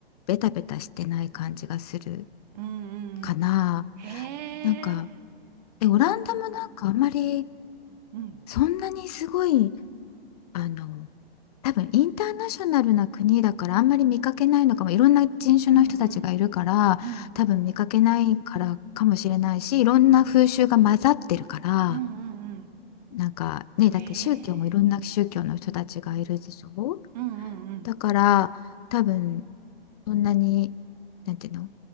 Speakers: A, on the left; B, on the right.
A: ベタベタしてない感じがする
B: うんうんうん。
A: かな
B: へえ。
A: なんかでオランダもなんかあんまり
B: うん。
A: そんなにすごいあの多分インターナショナルな国だからあんまり見かけないのかもいろんな人種の人たちがいるから多分見かけないからかもしれないしいろんな風習が混ざってるから
B: うんうんうん。うんうんうんうん。
A: なんかねだって宗教もいろんな宗教の人たちがいるでしょ
B: へえ。うんうんうん。
A: だから多分そんなになんていうの